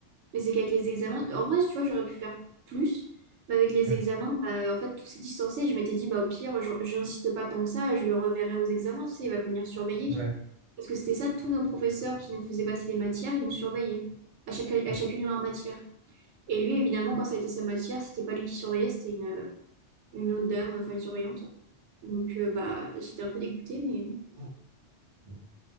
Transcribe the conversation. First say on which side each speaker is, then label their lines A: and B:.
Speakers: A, on the right; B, on the right.
A: mais c'est qu'avec les examens. En vrai, tu vois, j'aurais pu faire plus. Mais avec les
B: Hmm,
A: examens, bah, en fait, tout s'est distancé. Je m'étais dit, bah, au pire, je- j'insiste pas tant que ça, je le reverrai aux examens, tu sais, il va venir surveiller.
B: Ouais.
A: Parce que c'était ça, tous nos professeurs qui nous faisaient passer les matières, ils nous surveillaient à chaque, à
B: Hmm,
A: chacune de leurs matières. Et lui, évidemment, quand ça a été sa matière, c'était pas lui qui surveillait, c'était une, une autre dame, enfin une surveillante. Donc, euh, bah, j'étais un peu dégoûtée, mais bon.
B: hmm.